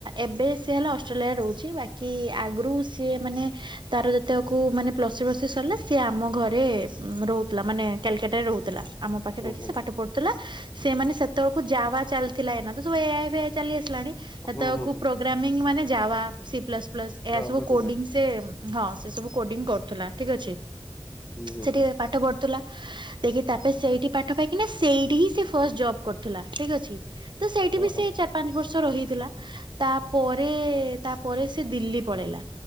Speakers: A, on the right (about 55°); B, on the left (about 30°).
A: ଏବେ ସେ ହେଲା ଅଷ୍ଟ୍ରେଲିଆ ରହୁଛି ବାକି ଆଗରୁ ସିଏ ମାନେ ତାର ତାକୁ ମାନେ ପ୍ଲସି ପ୍ଲସି ସରିଲା ସିଏ ଆମ ଘରେ ରହୁଥିଲା ମାନେ କଲିକଟାରେ ରହୁଥିଲା। ଆମ ପାଖରେ
B: ଓହୋ
A: ରଖିକି ସେ ପାଠ ପଢୁଥିଲା। ସେମାନେ ସେତେବେଳକୁ ଯାବା ଚାଲିଥିଲା ଏନା ତ ସବୁ ଏଆଇ ଫେଆଇ ଚାଲି ଆସିଲାଣି। ସେତେକୁ
B: ହୁଁ ହୁଁ ହୁଁ।
A: ପ୍ରୋଗ୍ରାମି ମାନେ ଯାବା ସି ପ୍ଲସ ପ୍ଲସ ଏହା
B: ହଁ
A: ସବୁ
B: ବୁଝିଲି
A: କୋଡି ସେ ହଁ ସେ ସବୁ କୋଡିଙ୍ଗ କରୁଥିଲା ଠିକ ଅଛି।
B: ହୁଁ ହୁଁ
A: ସେଠିକି
B: ହୁଁ
A: ପାଠ ପଢ ଦେଖି ତାପରେ ସେଇଠି ପାଠ ପାଇକିନା ସେଇଠି ହିଁ ସେ ଫଷ୍ଟ ଜବ କରୁଥିଲା ଠିକ ଅଛି। ତ ସେଇଠି
B: ଓହୋ
A: ବି ସେ ଚାରି ପାଞ୍ଚ ବର୍ଷ ରହିଥିଲା ତା ପରେ ତାପରେ ସେ ଦିଲ୍ଲୀ ପଳେଇଲା